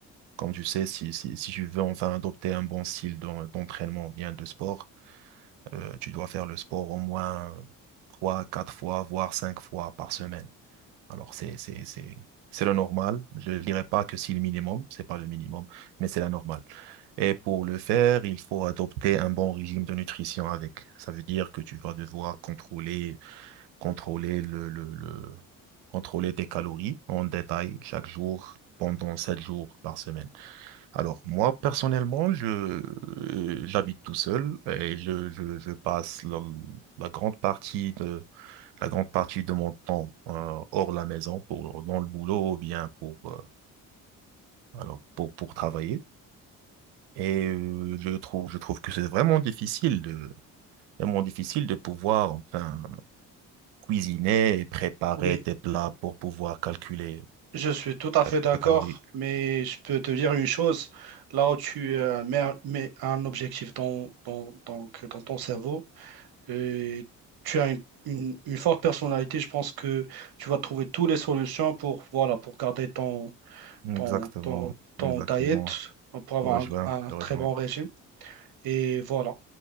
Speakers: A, on the right (about 85°); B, on the right (about 65°).
A: comme tu sais, si, si, si tu veux enfin adopter un bon style d'en- d'entraînement, ou bien de sport, euh, tu dois faire le sport au moins trois, quatre fois, voire cinq fois par semaine. Alors, c'est, c'est, c'est, c'est le normal. Je ne dirais pas que c'est le minimum, c'est pas le minimum, mais c'est la normale. Et pour le faire, il faut adopter un bon régime de nutrition avec. Ça veut dire que tu vas devoir contrôler, contrôler le, le, le- contrôler tes calories en détail chaque jour pendant sept jours par semaine. Alors, moi, personnellement, je, euh, j'habite tout seul et je, je, je passe la, la grande partie de, la grande partie de mon temps euh, hors la maison, pour, dans le boulot ou bien pour, euh, alors, pour, pour travailler. Et euh, je trouve, je trouve que c'est vraiment difficile de, vraiment difficile de pouvoir enfin, cuisiner et préparer
B: Oui,
A: des plats pour pouvoir calculer,
B: je suis tout à
A: calculer
B: fait d'accord,
A: tes calories.
B: mais je peux te dire une chose, là où tu euh, mets, un mets un objectif dans, dans, donc, dans ton cerveau, et tu as une, une- une forte personnalité, je pense que tu vas trouver toutes les solutions pour, voilà, pour garder
A: Exactement,
B: ton, ton, ton
A: exactement.
B: diet pour avoir
A: Je rejoins,
B: un, un
A: je
B: très
A: rejoins.
B: bon régime. Et voilà.